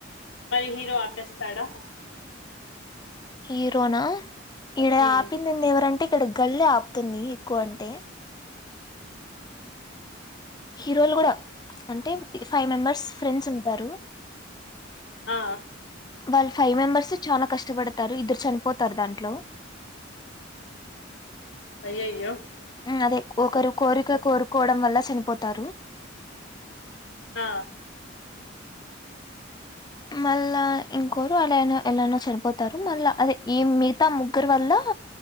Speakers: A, on the left (about 85°); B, on the left (about 20°).
A: మరి హీరో ఆపేస్తాడా
B: హీరోనా ఈడ
A: ఉమ్
B: ఆపినింది ఎవరంటే ఇక్కడ గల్లీ గర్ల్ ఏ ఆపి ఎంతుంది ఎక్కువంటే హీరోలు కూడా అంటే ఫైవ్ మెంబర్స్ ఫ్రెండ్స్ ఉంటారు
A: ఆ
B: వాళ్ళు ఫైవ్ మెంబర్స్ చానా కష్టపడతారు ఇద్దరు చనిపోతారు దాంట్లో
A: అయ్యయ్యో
B: అదే ఒకరు కోరిక కోరుకోవడం వల్ల చనిపోతారు
A: ఆ
B: మళ్ళా ఇంకోరు అలానే ఎలానో చనిపోతారు మళ్ళా అదే ఈ మిగతా ముగ్గురు వల్ల